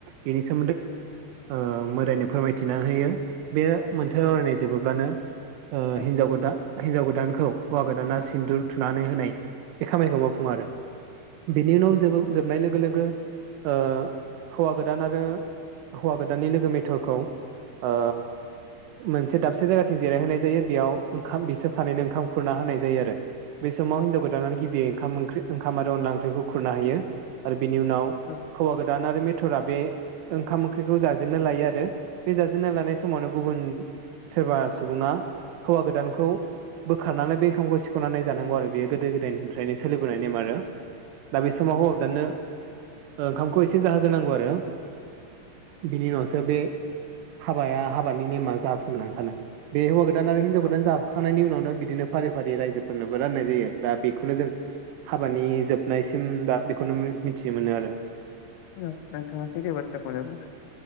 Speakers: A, on the right; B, on the left.
A: बेनि सोमोन्दै ओ मोदायनो फोरमायथिना होयो बे मोनथोर आवरायनाय जोबोब्लानो ओ
B: औ
A: हिन्जाव गोदा हिनजाव गोदानखौ हौवा गोदाना सिन्दुर थुनानै होनाय बे खामानिखौ मावफुं फुङो आरो बेनि उनाव जोबो जोबनाय
B: नंगौ
A: लोगो लोगो
B: नोंथां
A: ओ हौवा गोदान आरो हौवा गोदाननि लोगो मेथरखौ ओ मोनसे दाबसे जायगाथिं जिरायहोनाय जायो बेयाव ओंखाम बिसोर सानैनो ओंखाम खुरना होनाय जायो आरो। बे समाव हिनजाव
B: औ
A: गोदानानो गिबियै ओंख्रि ओंखाम आरो अनला ओंख्रिखो खुरना होयो आरो बिनि उनाव
B: औ
A: हौवा गोदान आरो मेथ थरा बे ओंखाम ओंख्रिखौ जाजेननो लायो आरो। बे जाजेनना लानाय
B: औ
A: समावनो गुबुन सोरबा सुबुङा हौवा गोदानखौ बोखारनानै बे ओंखामखौ सिखनानै जानांगौ आरो बेयो गोदो गोदायनि फ्रायनो सोलिबोनाय नेम आरो। दा बे
B: औ
A: समाव हौवा गोदाननो ओंखामखौ एसे जाहोग्रोनांगौ आरो बिनि उनावसो बे हाबाया हाबानि नेमा जाफुंङो होननानै सानो बे हौवा गोदान आरो हिनजाव गोदान
B: औ
A: जाबाखांनायनि उनाव बिदिनो फारि फारि रायजोफोरनोबो राननाय जायो दा बेखौनो जों हाबानि जोबनायसिम दा बेखौनो मिथिनो मोनो आरो।
B: नोंथाङा सैथो बाथ्राखौनो बुंदों